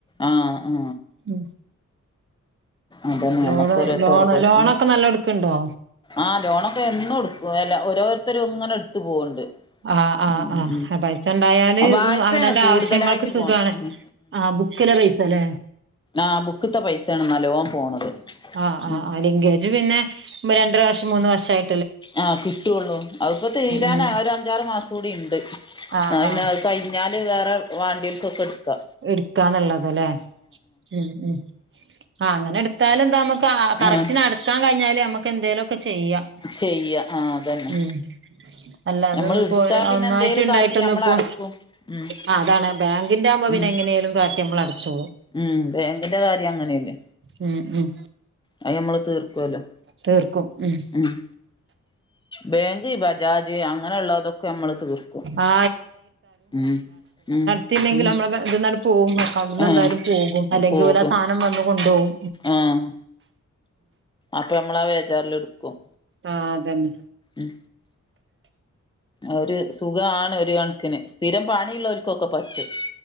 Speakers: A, on the left; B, on the right.
A: ആ ആ
B: ഉം
A: അതന്നെ
B: ലോണ്
A: നമ്മക്ക് ഓരോ
B: ലോണ്
A: ചോറ് കൊടുക്കും
B: ലോണൊക്കെ നല്ലട്ക്ക്ണ്ടോ
A: ആഹ് ലോണൊക്കെ എന്നും എടുക്കും അല്ല ഓരോരുത്തരും ങ്ങനെ എടുത്ത് പോവ്ണ്ട്
B: ആ ആ
A: ഉം
B: ആ
A: ഉം
B: പൈസ ണ്ടായാല്
A: വായ്പയാണ്
B: അവനോന്റെ
A: കൂടുതലായിട്ട്
B: ആവശ്യങ്ങൾക്ക് സുഖാണ്
A: പോണ് ഉം
B: ആ ബുക്കില പൈസ ല്ലേ
A: ആ ബുക്ക്ത്തെ പൈസാണ് നല്ലോം പോണത്
B: ആ
A: ഉം
B: ആ ലിങ്കേജ് പിന്നെ രണ്ടരവർഷം മൂന്ന് വർഷായി
A: ആ കിട്ടുള്ളൂ അതിപ്പോ തീരാൻ
B: ഉം
A: ഒര ഞ്ചാറ് മാസം കൂടി ഇണ്ട് അ
B: ആഹ്
A: പിന്നെ
B: ആഹ്
A: കയി ഞ്ഞാല് വേറെ വാണ്ടിയോര്ക്കൊക്കെ എടുക്കാ
B: എടുക്കാന്നുള്ളതല്ലേ ഉം ഉം ആ അങ്ങനെ എടുത്താലും താമസ കാ കറക്റ്റിന്
A: ആഹ്
B: അടക്കാൻ കഴിഞ്ഞാല് നമുക്ക് എന്തേലോക്കെ ചെയ്യാ
A: ചെയ്യാ ആഹ് അതന്നെ
B: ഉം അല്ല അതൊന്ന്‌
A: നമ്മൾ
B: ഇപ്പോ
A: എടുത്താ പിന്നെ
B: ഒന്നായിട്ടുണ്ടായിട്ടൊന്ന
A: എന്തേലും കാട്ടി നമ്മള്
B: ഇപ്പൊ
A: അടക്കും ഉം
B: അ അതാണ് ബാങ്കിന്റെ ആകുമ്പോ
A: ഉം
B: പിന്നെ എങ്ങനേലും കാട്ടി നമ്മൾ അടച്ചോളും
A: ഉം ബാങ്കിന്റെ കാര്യം അങ്ങനെയല്ലേ
B: ഉം ഉം
A: അത് ഞമ്മള് തീർകൊല്ലോ
B: തീർക്കും ഉം
A: ഉം ബേങ്ക് ഇബ രാജി അങ്ങനെള്ളതൊക്കെ ഞമ്മള് തീർക്കും
B: ആ
A: ഉം ഉം
B: ല്ലെങ്കിൽ
A: ഉം
B: നമ്മള് ഇതിന്നങ്ങട് പോകും അക്കൗണ്ട് ന്ന്
A: ആഹ്
B: എന്തായാലും പോകും അല്ലെങ്കിൽ
A: പോകും
B: ഓലാ സാധനം വന്നു കൊണ്ടപോകും
A: ആഹ് അപ്പം ഞമ്മളാവേജാറിലിട്ക്കും
B: ആഹ് അതന്നെ
A: ഉം ഒര് സുഖാണ് ഒരു കൺക്കിന്, സ്ഥിരം പണിള്ളോൽക്കൊക്കെ പറ്റും